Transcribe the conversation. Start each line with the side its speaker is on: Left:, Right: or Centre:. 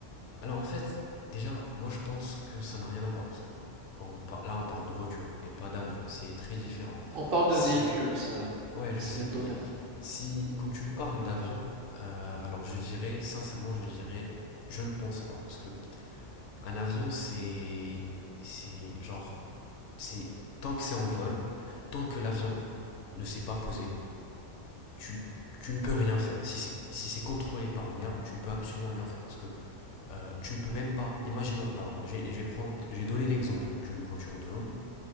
Left: Alors en fait, déjà, moi je pense que ça n'a rien à voir parce que quand on par- là on parle de voiture et pas d'avion, c'est très différent.
Right: On parle de
Left: Si,
Right: véhicules, ça-
Left: ouais, je
Right: c'est
Left: sais,
Right: le même domaine.
Left: mais si quand tu me parles d'avion, euh, alors je dirais sincèrement, je dirais, je ne pense pas parce que un avion c'est c'est genre c'est tant que c'est en vol, tant que l'avion ne s'est pas posé, tu tu ne peux rien faire. Si c'est si c'est contrôlé par une IA, tu ne peux absolument rien faire parce que euh, tu ne peux même pas, imaginons, alors je vais prendre, j'ai donné l'exemple d'une voiture autonome.